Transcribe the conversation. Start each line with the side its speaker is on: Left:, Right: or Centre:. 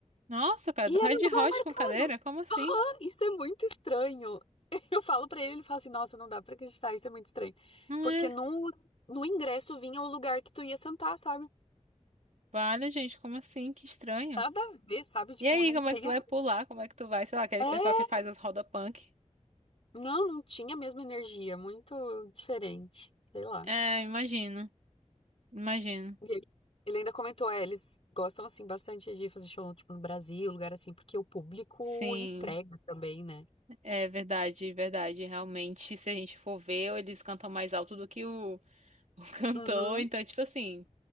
Right: Nossa, cara,
Left: E
Right: do Red
Left: era um lugar
Right: Hot
Left: marcado.
Right: com cadeira? Como assim?
Left: Ah, Isso é muito estranho. <laughs> Eu falo pra ele, ele fala assim, nossa, não dá pra acreditar, isso é muito estranho.
Right: Não
Left: Porque
Right: é?
Left: no, no ingresso vinha o lugar que tu ia sentar, sabe?
Right: Vale, gente, como assim? Que estranho.
Left: Nada a ver, sabe? Tipo,
Right: E aí,
Left: não
Right: como
Left: tem...
Right: é que tu vai
Left: a-
Right: pular? Como é que tu vai? Sei lá, aquele
Left: É.
Right: pessoal que faz as roda punk.
Left: Não, não tinha a mesma energia, muito diferente, sei lá.
Right: É, imagino, imagino.
Left: E ele, ele ainda comentou, é, eles gostam, assim, bastante de fazer show, tipo, no Brasil, lugar assim, porque o público
Right: Sim,
Left: entrega também, né?
Right: é verdade, verdade. Realmente, se a gente for ver, eles cantam mais alto do que o, <laughs> o cantor.
Left: Uhum.
Right: Então, tipo assim,